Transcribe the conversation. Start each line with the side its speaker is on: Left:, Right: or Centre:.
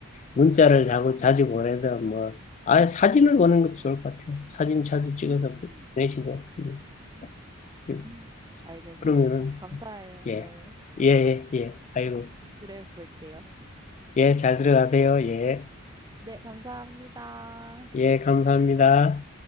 Left: 문자를
Right: 네.
Left: 자꾸 자주 보내든 뭐 아 사진을
Right: 네.
Left: 보는 것도 좋을 것 같아요. 사진 자주 찍어서
Right: 음,
Left: 보내시고 음,
Right: 음,
Left: 그,
Right: 음. 알겠습니다.
Left: 그러면은
Right: 감사해요.
Left: 예,
Right: 네.
Left: 예, 예, 예. 아이고,
Right: 그래 볼게요.
Left: 예, 잘 들어가세요. 예,
Right: 네, 감사합니다.
Left: 예, 감사합니다.